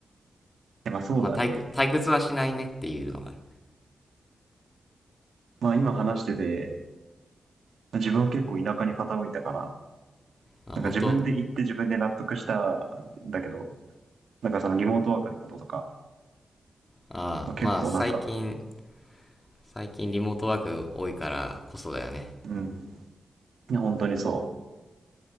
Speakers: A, on the right; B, on the left.
A: まあそうだね。
B: まあ、退屈退屈はしないねっていうのがある。
A: まあ今話してて、自分は結構田舎に傾いたから、
B: あ、
A: なんか自分で行って自分で納得したんだけど、
B: 本当
A: なんかそのリモートワークのこととか、
B: ああ、
A: まあ、
B: まあ、
A: 結構なんか、
B: 最近、最近リモートワーク多いからこそだよね。
A: うん、いや本当にそ